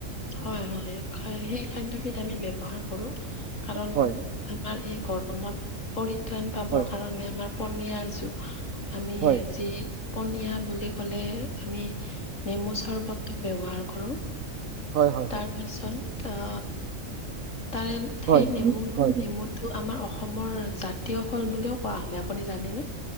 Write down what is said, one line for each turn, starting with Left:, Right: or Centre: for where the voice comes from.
Left: হয়, হয় সেই খাদ্যবিধ আমি ব্যৱহাৰ কৰো কাৰণ
Right: হয়
Left: আমাৰ এই গৰমত পৰিত্ৰাণ পাবৰ
Right: হয়
Left: কাৰণে আমাৰ পনীয়াযোৰ আমি
Right: হয়
Left: যি পনীয়া বুলি কলে আমি নেমু চৰ্বতটো ব্যৱহাৰ কৰোঁ।
Right: হয় হয়
Left: তাৰ
Right: হয়
Left: পাছত আ তাৰে সেই
Right: হয়
Left: নেমু নেমু
Right: হয় হয়
Left: টো আমাৰ অসমৰ জাতীয় ফল বুলিও কোৱা হয়। আপুনি জানেনে?